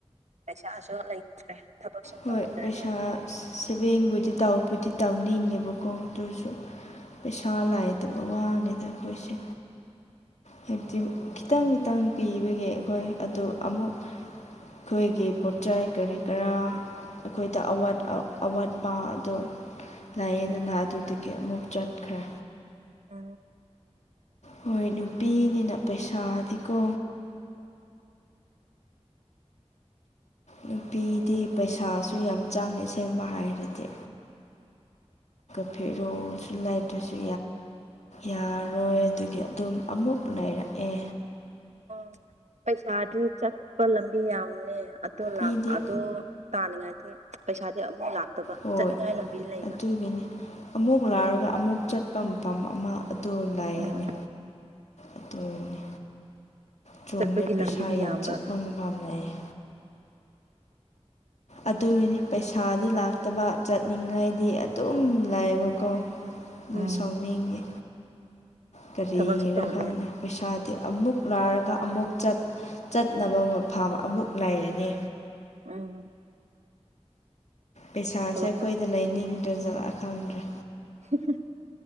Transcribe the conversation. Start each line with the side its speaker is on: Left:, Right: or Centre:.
Right: ꯄꯩꯁꯥꯁꯨ ꯂꯩꯇ꯭ꯔꯦ ꯊꯕꯛꯁꯨ
Left: ꯍꯣꯏ
Right: ꯇꯧꯗ꯭ꯔꯦ
Left: ꯄꯩꯁꯥ ꯁꯦꯚꯤꯡꯕꯨꯗꯤ ꯇꯕꯨꯗꯤ ꯇꯧꯅꯤꯡꯉꯦꯕ ꯀꯣꯛꯇꯁꯨ ꯄꯩꯁꯥ ꯂꯥꯏꯗꯕ ꯋꯥꯅꯤꯗ ꯑꯩꯈꯣꯏꯁꯦ ꯍꯥꯏꯕꯗꯤ ꯈꯤꯇꯪ ꯈꯤꯇꯪ ꯄꯤꯕꯒꯦ ꯑꯩꯈꯣꯏ ꯑꯗꯨ ꯑꯃꯨꯛ ꯑꯩꯈꯣꯏꯒꯤ ꯄꯣꯠꯆꯥꯏ ꯀꯔꯤ ꯀꯔꯥ ꯑꯩꯈꯣꯏꯗ ꯑꯋꯥꯠꯄ ꯑꯗꯨ ꯂꯥꯏꯌꯦꯗꯅ ꯑꯗꯨꯗꯒꯤ ꯑꯃꯨꯛ ꯆꯠꯈ꯭ꯔꯦ
Right: ꯑ
Left: ꯍꯣꯏ ꯅꯨꯄꯤꯅꯤꯅ ꯄꯩꯁꯥꯗꯤꯀꯣ ꯅꯨꯄꯤꯗꯤ ꯄꯩꯁꯥꯁꯨ ꯌꯥꯝ ꯆꯥꯡꯉꯦ ꯑꯁꯦꯡꯕ ꯍꯥꯏꯔꯗꯤ ꯐꯔ ꯑꯣ ꯁꯤꯂꯥꯏ <inaudible> ꯑꯗꯨꯁꯨ ꯌꯥꯔꯣꯏ ꯑꯗꯨꯒꯤ ꯑꯗꯨꯝ ꯑꯃꯨꯛ ꯂꯩꯔꯛꯑꯦ
Right: ꯑꯣ ꯄꯩꯁꯥꯗꯤ ꯆꯠꯄ ꯂꯝꯕꯤ ꯌꯥꯝꯃꯦ ꯑꯗꯣ ꯂꯥꯛ
Left: ꯃꯤꯗꯤ
Right: ꯑꯗꯣ ꯇꯥꯅꯤꯡꯉꯥꯏꯗꯤ ꯄꯩꯁꯥꯗꯤ ꯑꯃꯨꯐꯥꯎ ꯂꯥꯛꯇꯕ
Left: ꯍꯣꯏ
Right: ꯆꯠꯅꯤꯡꯉꯥꯏ ꯂꯝꯕꯤ ꯂꯩꯕ
Left: ꯑꯗꯨꯒꯤꯅꯤ ꯑꯃꯨꯛ ꯂꯥꯛꯔꯒ ꯑꯃꯨꯛ ꯆꯠꯄ ꯃꯐꯝ ꯑꯃ ꯑꯗꯨ ꯂꯩꯥꯏꯅꯤ
Right: ꯎꯝ
Left: ꯑꯗꯨꯅꯤ ꯆꯨꯝꯃꯦ
Right: ꯆꯠꯄꯒꯤ
Left: ꯄꯩꯁꯥ
Right: ꯂꯝꯕꯤꯗꯤ
Left: ꯌꯥꯝ
Right: ꯌꯥꯝꯕ
Left: ꯆꯠꯄ ꯃꯐꯝ ꯂꯩꯌꯦ ꯑꯗꯨꯒꯤꯅꯤ ꯄꯩꯁꯥꯗꯤ ꯂꯥꯛꯇꯕ ꯆꯠꯅꯤꯡꯉꯥꯏꯗꯤ ꯑꯗꯨꯝ ꯂꯩꯑꯕꯀꯣ ꯑꯗꯨ
Right: ꯎꯝ
Left: ꯁꯥꯎꯅꯤꯡꯉꯦ ꯀꯔꯤꯔ
Right: ꯊꯕꯛꯁꯨ ꯇꯧꯗꯦ
Left: ꯈꯪꯅꯦ ꯄꯩꯁꯥꯗꯤ ꯑꯃꯨꯛ ꯂꯥꯏꯔꯒ ꯑꯃꯨꯛ ꯆꯠꯅꯕ ꯃ ꯐꯥꯝ ꯑꯃꯨꯛ ꯂꯩꯔꯅꯤ
Right: ꯎꯝ
Left: ꯄꯩꯁꯥꯁꯦ
Right: ꯊꯕꯛ
Left: ꯑꯩꯈꯣꯏꯗ ꯂꯩꯅꯤꯡꯗ꯭ꯔ ꯖꯠꯂꯥ ꯈꯪꯗ꯭ꯔꯦ
Right: <inaudible> <unintelligible>